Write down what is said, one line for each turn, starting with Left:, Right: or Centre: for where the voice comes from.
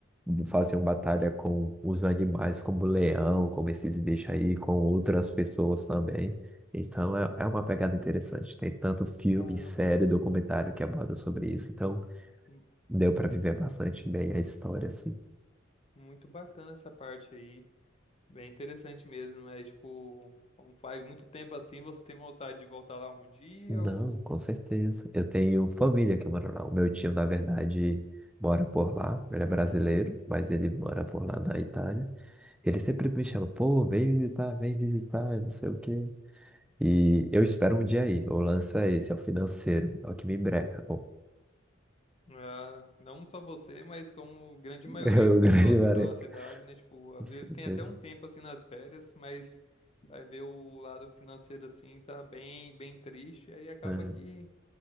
Centre: faziam batalha com os animais, como o leão, como esses bichos aí, com outras pessoas também. Então é, é uma pegada interessante. Tem tanto filme,
Left: Caramba,
Centre: série,
Left: mano,
Centre: documentário que aborda sobre isso. Então
Left: mu-
Centre: deu para viver bastante bem a história, assim.
Left: muito bacana essa parte aí, bem interessante mesmo, mas, tipo, como faz muito tempo assim, você tem vontade de voltar lá um dia
Centre: Não,
Left: ou...
Centre: com certeza. Eu tenho família que mora lá. O meu tio, na verdade, mora por lá. Ele é brasileiro, mas ele mora por lá na Itália. Ele sempre me chama, pô, vem visitar, vem visitar, não sei o quê. E eu espero um dia aí, O lance é esse, é o financeiro. É o que me breca, pô.
Left: Ah, não só você, mas como grande
Centre: <laughs>
Left: maioria
Centre: É o
Left: do
Centre: grande
Left: pessoal assim
Centre: breca.
Left: da nossa cidade, né? Tipo, às
Centre: Com certeza.
Left: vezes tem até um tempo assim nas férias, mas vai ver o lado financeiro assim, tá bem, bem triste, aí acaba
Centre: É,
Left: que